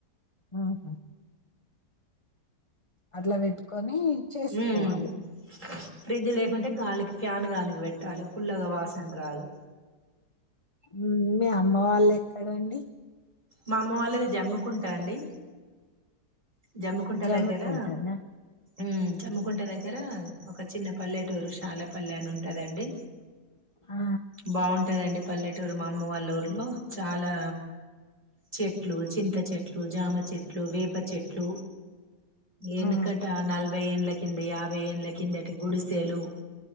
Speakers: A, on the left (about 25°); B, on the right (about 20°).
A: ఆహా అట్లా పెట్టుకో అని చేసుకోవాలి
B: ఉమ్ ఫ్రిడ్జ్ లేకుంటే గాలికి ఫ్యాన్ గాలికి పెట్టాలె పుల్లగ వాసన్ రాదు
A: మ్మ్ మీ అమ్మ వాళ్ళే కదండి
B: మా అమ్మ వాళ్ళది జమ్ముకుంటా అండి జమ్ముకుంట
A: జమ్మికుంటనా
B: దగ్గరా మ్మ్ జమ్ముకుంట దగ్గర ఒక చిన్న పల్లెటూరు శాలాపల్లె అను ఉంటదండి
A: ఆ
B: బాగుంటదండి పల్లెటూరు మా అమ్మ వాళ్ళ ఊర్లో చాలా చెట్లు, చింత చెట్లు, జామ చెట్లు, వేప చెట్లు ఎనుకటా
A: ఆ
B: నల్ భై ఏళ్ల కింద యాభై యేండ్ల కిందటి గుడిసెలు